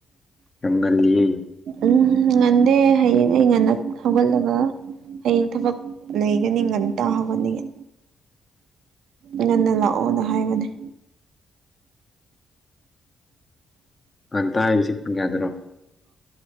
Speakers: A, on the left; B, on the right.
A: ꯌꯥꯝ ꯉꯜꯂꯤꯌꯦ
B: ꯎꯝ ꯉꯟꯗꯦ ꯍꯌꯦꯡ ꯑꯩ ꯉꯟꯅ ꯍꯧꯒꯠꯂꯒ ꯍꯌꯦꯡ ꯊꯕꯛ ꯂꯩꯒꯅꯤ ꯉꯟꯇꯥ ꯍꯧꯒꯠꯅꯤꯡꯉꯦ ꯉꯟꯅ ꯂꯥꯛꯑꯣꯅ ꯍꯥꯏꯕꯅꯦ
A: ꯉꯥꯟꯇ ꯍꯥꯏꯔꯤꯕꯁꯤ ꯄꯨꯡ ꯀꯌꯥꯗ꯭ꯔꯣ꯫